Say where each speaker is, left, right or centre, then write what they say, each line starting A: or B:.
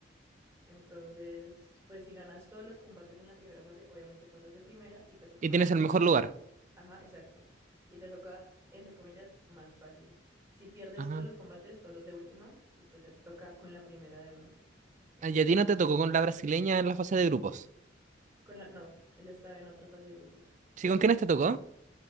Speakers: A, on the right; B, on the right.
A: Entonces, pues si ganas todos los combates en la primera fase, obviamente pasas de primera y te toca
B: Y
A: más
B: tienes
A: fácil.
B: el mejor lugar.
A: Ajá, exacto. Y te toca, entre comillas, más fácil. Si pierdes
B: Ah.
A: todos los combates, pasas de última y pues ya te toca con la primera de una. Entonces,
B: Ah, Y a ti no te tocó con la brasileña en la fase de grupos.
A: con la... No, ya estaba en otra fase de grupos.
B: ¿Sí, con quiénes te tocó?